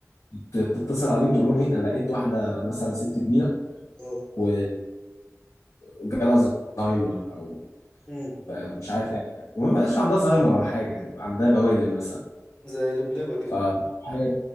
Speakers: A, on the left; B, on the left.
A: ت- تتصل عليهم تقول لهم ايه انا لقيت واحدة مثلا ست كبيرة
B: اه
A: و وجالها زهايمر او
B: امم
A: مش عارف ايه وما بقاش عندها زهايمر ولا حاجة عندها بوادر مثلا
B: زي لبلبة كده
A: ف حاجة-